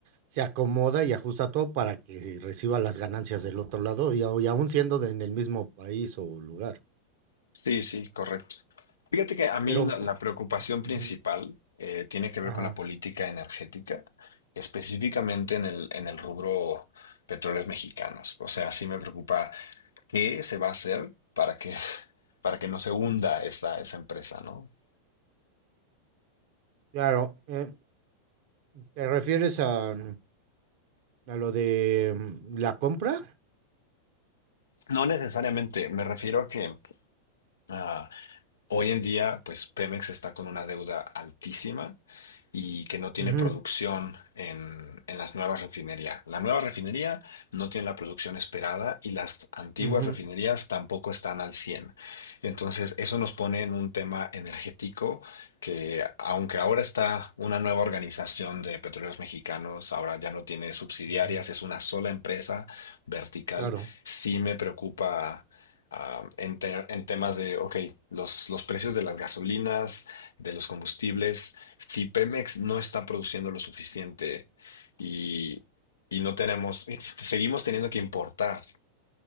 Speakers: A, on the right; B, on the left.
A: se acomoda y ajusta todo para que reciba las ganancias del otro lado y, au- y aún siendo de- en el mismo país o lugar.
B: Sí, sí, correcto. Fíjate que a mí
A: Pero
B: la, la preocupación
A: Ujú.
B: principal eh, tiene que ver
A: Ajá,
B: con la política energética, específicamente en el, en el rubro petróleos mexicanos. O sea, sí me preocupa qué se va a hacer para que, <laughs> para que no se hunda esa, esa empresa, ¿no?
A: claro. eh, ¿te refieres a, a lo de mm, la compra?
B: No necesariamente, me refiero a que Ah, hoy en día, pues Pemex está con una deuda altísima y que no tiene
A: Ujú,
B: producción en, en las nuevas refinerías. La nueva refinería no tiene la producción esperada y las antiguas
A: ujú,
B: refinerías tampoco están al 100. Entonces, eso nos pone en un tema energético que, aunque ahora está una nueva organización de petróleos mexicanos, ahora ya no tiene subsidiarias,
A: ujú,
B: es una sola empresa vertical,
A: Claro,
B: sí me preocupa ah, en, te- en temas de, ok, los, los precios de las gasolinas, de los combustibles, si Pemex no está produciendo lo suficiente y, y no tenemos, este, seguimos teniendo que importar,